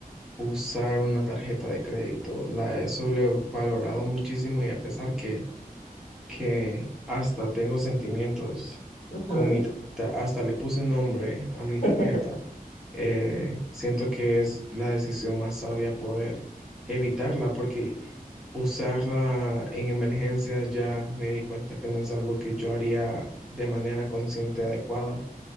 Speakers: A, in the centre; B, on the left.
A: usar una tarjeta de crédito. La he sobrevalorado muchísimo y a pesar que, que hasta tengo sentimientos
B: Ujú,
A: con
B: ujú.
A: mi tarjeta, hasta le puse nombre a mi
B: <laughs>
A: tarjeta, eh, siento que es la decisión más sabia poder evitarla porque usarla en emergencia ya me di cuenta que no es algo que yo haría de manera consciente adecuada.